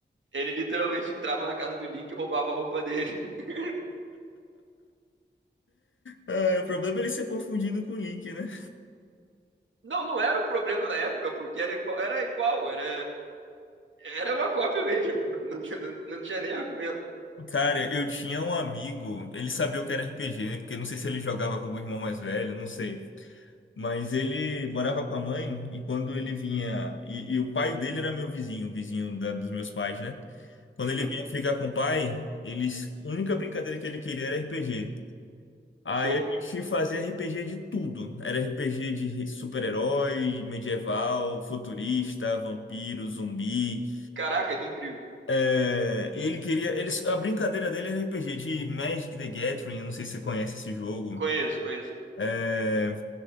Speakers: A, on the right; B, on the left.
A: Ele literalmente entrava na casa do Link e roubava a roupa dele. <laughs>
B: Ah, o problema é ele ser confundido com o Link, né?
A: Não, não era um problema na época, porque era igual, era igual, era, era uma cópia mesmo. <laughs> Não, tinha- não, não tinha nem argumento.
B: Cara, eu tinha um amigo, ele sabia o que era RPG, né? Porque não sei se ele jogava com algum irmão mais velho, não sei. Mas ele morava com a mãe e quando ele vinha. E, e o pai dele era meu vizinho, o vizinho da- dos meus pais, né? Quando
A: Uhum,
B: ele vinha ficar com o pai, eles, a única brincadeira que ele queria era RPG. Aí
A: show.
B: a gente fazia RPG de tudo. Era RPG de super-herói, medieval, futurista, vampiro, zumbi.
A: Caraca, que incrível.
B: É, ele queria. Eles, a brincadeira dele era RPG de Magic the Gathering, eu não sei se você conhece esse jogo.
A: Conheço, conheço.
B: É,